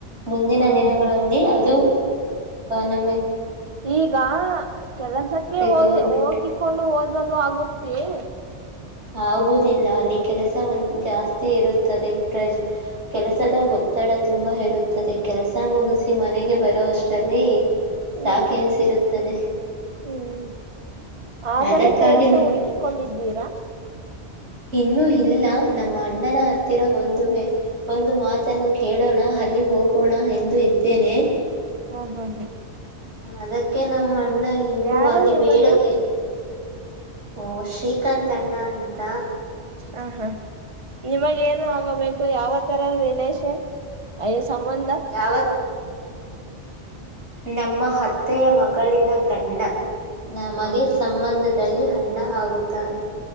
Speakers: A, on the right; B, on the right.
A: ಮುಂದಿನ
B: ಹ
A: ದಿನಗಳಲ್ಲಿ
B: ಹ
A: ಅದು ನಮ
B: ಈಗ ಕೆಲಸಕ್ಕೆ ಹದ
A: ಗೌರ್ಮೆಂಟ್
B: ಹೋಗಿಕೊಂಡು ಓದಲು ಆಗುತ್ತ ತಿದೆ
A: ಆಗುವುದಿಲ್ಲ ಅಲ್ಲಿ ಕೆಲಸ ಜಾಸ್ತಿ ಇರುತ್ತದೆ ಪ್ರಜ್ ಕೆಲಸದ ಹೊತ್ತು ಒತ್ತಡ ತುಂಬಾ ಇರುತ್ತದೆ ಕೆಲಸ ಮುಗಿಸಿ ಮನೆಗೆ ಬರೋ ಅಷ್ಟಲ್ಲಿ
B: ಹ್ಮ್
A: ಸಾಕೆನಿಸಿರುತ್ತದೆ
B: ಹ್ಮ್ ಆಗಲೇ
A: ಅದಕ್ಕಾಗಿ
B: ಕೆಲಸ
A: ನಮ್
B: ಹುಡುಕಿಕೊಂಡಿದ್ದೀರಾ
A: ಇನ್ನುೂ ಇಲ್ಲ ನಮ್ಮ ಅಣ್ಣನ ಹತ್ತಿರ ಒಂದು ವೇ ಒಂದು ಮಾತನ್ನು ಕೇಳೋಣ ಅಲ್ಲಿ ಹೋಗೋಣ ಎಂದು ಇದ್ದೇನೆ
B: ಹ ಹ
A: ಅದಕ್ಕೆ ನ ಮ್ಮ ಅಣ್ಣ ಇನ್ನುೂ
B: ಯಾರು
A: ಅಲ್ಲಿ
B: ನಿಮ್ಮಣ್ಣ
A: ಬೇಡಕಲ್ಲಿ ಓ ಶ್ರೀಕಾಂತ್ ಅಣ್ಣ ಅಂತ
B: ಹಾ ಹಾ ನಿಮಗ ಏನು ಆಗೋಬೇಕು ಯಾವ ತರದ ರಿಲೇಷನ್ಯಸ್ ಸಂಬಂಧ
A: ಯಾವ ನಮ್ಮ ಅತ್ತೆಯ ಮಗಳಿನ ಗಂಡ ನಮಗೆ
B: ಹ
A: ಸಂಬಂಧದಲ್ಲಿ ಅಣ್ಣ ಆಗುತ್ತಾನೆ